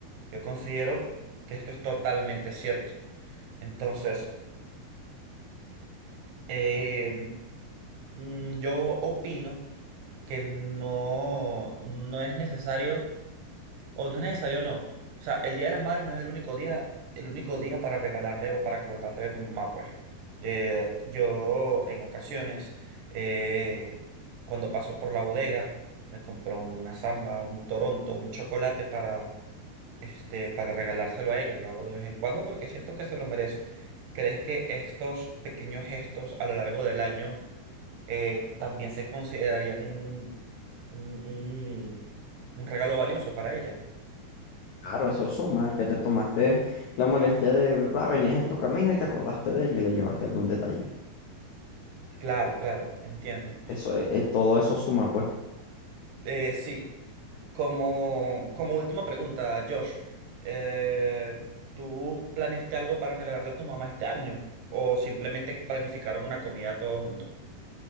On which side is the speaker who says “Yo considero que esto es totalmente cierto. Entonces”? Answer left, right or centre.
Right